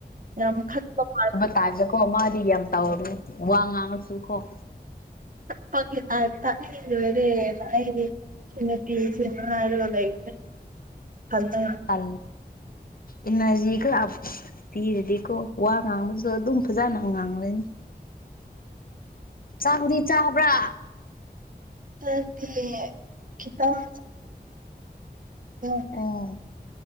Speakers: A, on the right; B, on the left.
A: ꯌꯥꯝ ꯈꯠꯄ ꯃꯥꯜ
B: ꯇꯥꯏꯕꯗ ꯀꫭ ꯃꯥꯗꯤ ꯌꯥꯝ ꯇꯧꯔꯕꯅꯤ ꯋꯥ ꯉꯥꯡꯉꯁꯨꯀꯣ
A: ꯄꯪꯒꯤ ꯇꯥꯏꯞꯇ ꯑꯩ ꯂꫭꯏꯔꯦꯅ ꯑꯩꯗꯤ ꯍꯦꯟꯗꯛꯇꯤ ꯁꯤ ꯃꯥ ꯉꯥꯏꯔꯒ ꯂꯩꯌꯦ ꯊꯝꯅꯉꯥꯢ
B: ꯇꯜ ꯏꯅꯔꯖꯤꯒ <unintelligible> ꯄꯤꯔꯥꯗꯤꯀꯣ ꯋꯥ ꯉꯥꯡꯕꯖꯨ ꯑꯗꯨꯝ ꯐꯖꯥꯅ ꯉꯥꯡꯂꯅꯤ ꯆꯥꯛꯗꯤ ꯆꯥꯕ꯭ꯔ
A: <unintelligible> ꯈꯤꯇꯪ <unintelligible>
B: ꯑꯣ